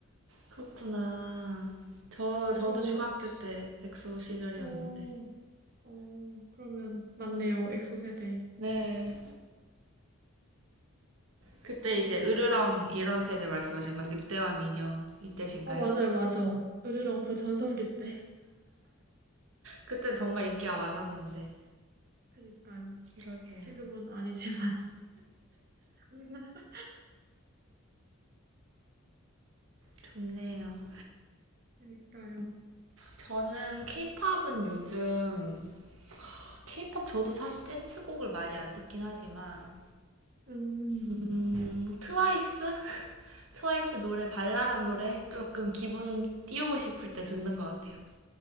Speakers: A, on the right; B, on the right.
A: 그렇구나. 저,
B: 그래서,
A: 저도 중학교 때 엑소 시절이었는데.
B: 어, 어, 그러면, 맞네요. 엑소 세대.
A: 네. 그때 이제
B: 음.
A: 으르렁 이런 세대 말씀하신 거, 늑대와 민영 이때신가요?
B: 어, 맞아요. 맞아. 으르렁 그 전성기 때. <laughs>
A: 그때 정말 인기가 많았는데.
B: 그니까요.
A: 그러게요.
B: 지금은 아니지만. <laughs>
A: 좋네요.
B: 그니까요.
A: 저는 케이팝은 요즘, 케이팝 저도 사실 댄스곡을 많이 안 듣긴 하지만,
B: 음.
A: 음, 트와이스? 트와이스 노래, 발랄한 노래? 조금 기분 띄우고 싶을 때 듣는 것 같아요.